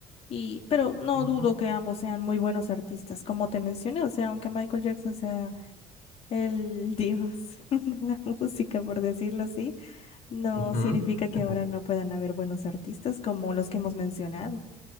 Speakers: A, on the left; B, on the left.
A: Y, pero no
B: Ujú.
A: dudo que ambos sean muy buenos artistas, como te mencioné, o sea, aunque Michael Jackson sea el dios <laughs> de la música, por decirlo así, no
B: Ujú.
A: significa que
B: <laughs>
A: ahora no puedan haber buenos artistas como los que hemos mencionado